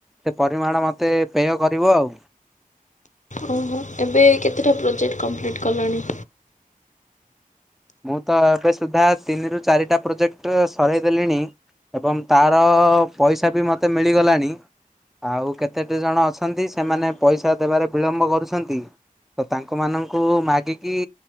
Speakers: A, in the centre; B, on the left.
A: ସେ ପରିମାଣ ମତେ ପେୟ କରିବ ଆଉ।
B: ଓ ହୋ ଏବେ କେତେଟା ପ୍ରୋଜେକ୍ଟ କମ୍ପ୍ଲିଟ୍ କଲଣି?
A: ମୁଁ ତ ଏବେ ସୁଦ୍ଧା ତିନିରୁ ଚାରିଟା ପ୍ରୋଜେକ୍ଟ ସରାଇ ଦେଲିଣି। ଏବଂ ତାର ପଇସା ବି ମୋତେ ମିଳିଗଲାଣି। ଆଉ କେତେଟି ଜଣ ଅଛନ୍ତି ସେମାନେ ପଇସା ଦେବାରେ ବିଳମ୍ବ କରୁଛନ୍ତି। ତ ତାଙ୍କ ମାନଙ୍କୁ ମାଗିକି